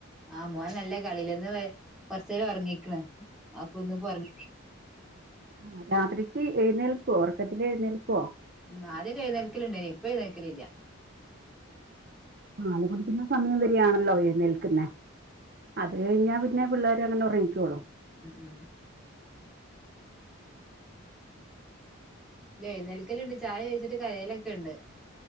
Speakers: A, in the centre; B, on the right.
A: ആ മോൻ നല്ല കളിൽന്ന് കൊറച്ച നേരം ഉറങ്ങിക്കണ് അപ്പൊ ഒന്നിപ്പോ ഉറങ്ങ
B: ആ രാത്രിക്ക് എഴുന്നേൽക്കുവോ? ഉറക്കത്തില് എഴുന്നേൽക്കുവോ
A: ഉം ആദ്യം എഴുന്നനൽക്കലുണ്ടേനി ഇപ്പൊ എഴുന്നൽക്കലില്ല.
B: ആഹ് സമയം
A: ഇപ്പൊ
B: വരിയാണല്ലോ എഴ്ന്നേൽക്കുന്നെ അത് കഴിഞ്ഞാ പിന്നെ പിള്ളേർ അങ്ങനെ ഉറങ്ങിക്കൊള്ളും ഉറങ്ങിക്കൊള്ളും
A: ഉം ഉം എഴുന്നേൽക്കല്ലുണ്ട് ചായ കഴിച്ചിട്ട് കരയിലൊക്കെ ഉണ്ട്.